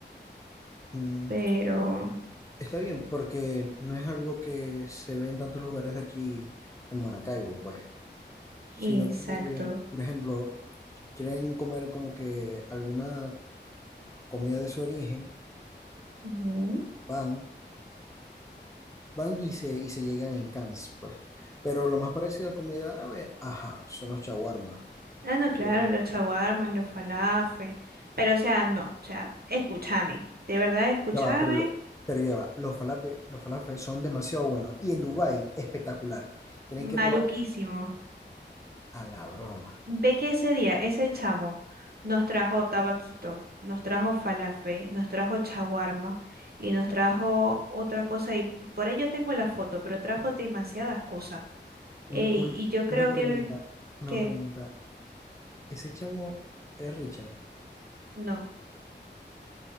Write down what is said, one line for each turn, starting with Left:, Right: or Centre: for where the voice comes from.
Left: <laughs>
Right: Pero,
Left: Está bien, porque no es algo que se ve en tantos lugares de aquí en Maracaibo, pues, sino
Right: exacto.
Left: que, por ejemplo, quieren comer como que alguna comida de su origen,
Right: Ujú.
Left: van, van y se, y se llegan en cans, pues. Pero lo más parecido a comida árabe, ajá, son los shawarma.
Right: Ah, no, claro,
Left: Ya
Right: los chaguarmas, los falafes. Pero, o sea, no, o sea, escúchame. De verdad, escúchame.
Left: va, pero, lo- pero ya va, los falafel, los falafel son demasiado buenos. Y en Dubái, espectacular. Tenéis que
Right: Maluquísimo.
Left: probar a la broma.
Right: Ve que ese día, ese chamo nos trajo tabaquito, nos trajo falafe, nos trajo chaguarma y nos trajo otra cosa. Y p- por ello tengo la foto, pero trajo demasiadas cosas. Ey,
Left: Un- un-
Right: y yo creo
Left: una pregunta,
Right: que,
Left: una
Right: que
Left: pregunta. Ese chamo es Richard.
Right: no.